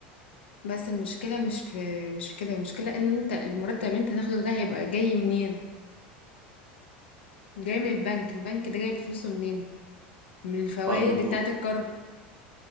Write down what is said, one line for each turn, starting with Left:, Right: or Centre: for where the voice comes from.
Left: بس المشكلة مش في مش في كده المشكلة إن أنت المرتب اللي أنت هتاخده ده هيبقى جاي منين جاي من البنك البنك ده جايب فلوسه منين من الفوائد
Right: قا- من
Left: بتاعة
Right: قرض
Left: القرض